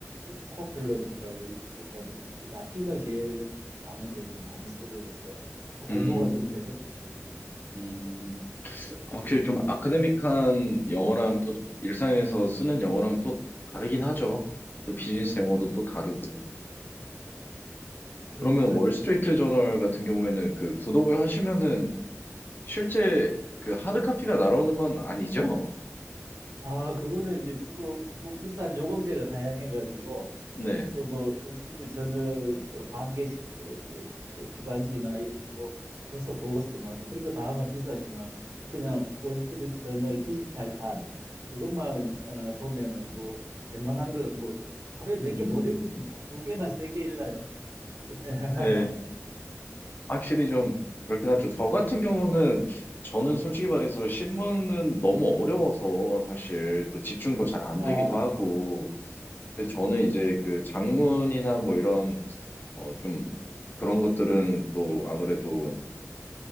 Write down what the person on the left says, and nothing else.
음,
음. 확실히 좀 아카데믹한 영어랑 또 일상에서 쓰는 영어랑 또 다르긴 하죠. 또 비즈니스 영어도 또 다르고.
그러면 월스트리트 저널 같은 경우에는 그 구독을 하시면은 실제 그 하드카피가 날아오는 건 아니죠?
네.
음,
네.
확실히 좀 그렇긴 하죠. 저 같은 경우는 저는 솔직히 말해서 신문은 너무 어려워서 사실 또 집중도 잘
안 되기도 하고 그래서 저는
이제 그 장문이나 뭐 이런 어 좀 그런 것들은 또 아무래도